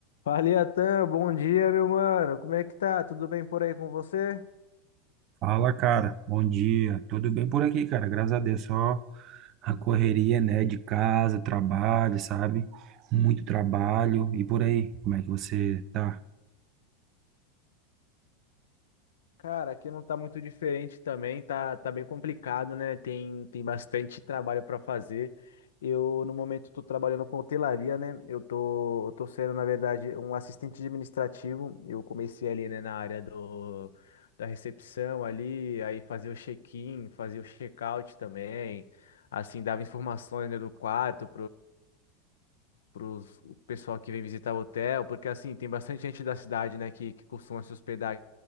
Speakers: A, on the left; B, on the right.
A: Fala, Iatan, bom dia, meu mano. Como é que tá? Tudo bem por aí com você?
B: Fala, cara. Bom dia. Tudo bem por aqui, cara? Graças a Deus. Só a correria, né? De casa, trabalho, sabe? Muito trabalho. E por aí, como é que você tá?
A: Cara, aqui não tá muito diferente também, tá, tá bem complicado, né? Tem, tem bastante trabalho para fazer. Eu, no momento, tô trabalhando com hotelaria, né? Eu tô, eu tô sendo, na verdade, um assistente administrativo. Eu comecei ali, né, na área do, da recepção ali, aí fazia o check-in, fazia o check-out também. Assim, dava informações, né, do quarto para o pessoal que vem visitar o hotel, porque assim, tem bastante gente da cidade, né, que, que costuma se hospedar